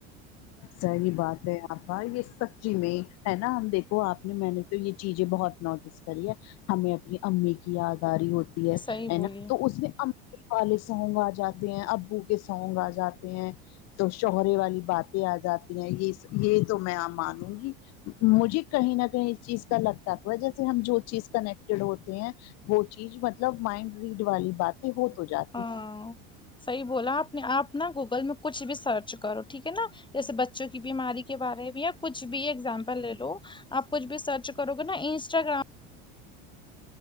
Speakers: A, on the left (about 60°); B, on the left (about 15°).
A: صحیح بات ہے آپا یہ سب سچی میں ہے نا ہم دیکھو آپ نے میں نے تو یہ چیزیں بہت نوٹی سے کریے ہمیں اپنی امی کی یاد آری ہوتی ہے
B: صحیح
A: ہے
B: بولی
A: نا تو اس میں ام والے سونگ آ جاتے ہیں ابو کے سونگ آ جاتے ہیں تو شوہرے والی بات یہ آ جاتی ہیں یہ یہ تو میں آ مانوں گی مجھے کہیں نہ کہیں اس چیز کا لگتا تو ہے جیسے ہم جو چیز کنیکٹیڈ ہوتے ہیں وہ چیز مطلب مائنڈ ریڈ والی بات یہ ہو تو جات
B: ہاں صحیح بولا آپ نے آپ نا گوگل میں کچھ بھی سرچ کرو ٹھیک ہے نا جیسے بچوں کی بیماری کے بارے میں یا کچھ بھی ایگزامپل لے لو آپ کچھ بھی سرچ کرو گے نا انسٹاگرام